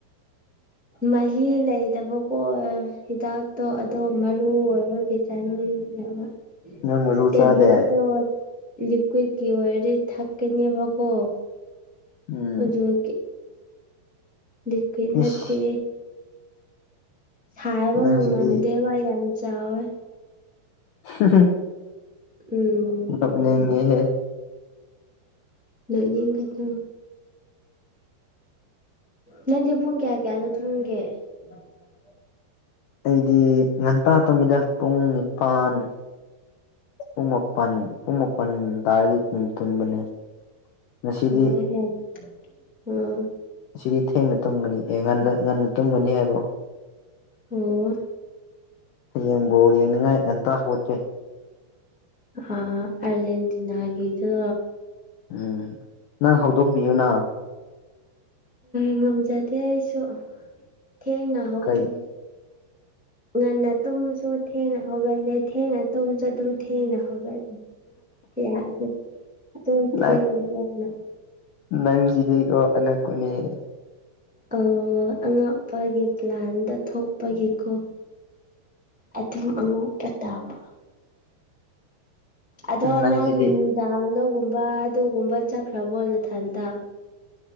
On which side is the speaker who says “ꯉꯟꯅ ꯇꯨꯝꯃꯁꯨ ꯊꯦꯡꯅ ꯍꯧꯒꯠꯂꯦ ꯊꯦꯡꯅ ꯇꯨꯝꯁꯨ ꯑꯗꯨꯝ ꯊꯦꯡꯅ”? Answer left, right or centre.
Centre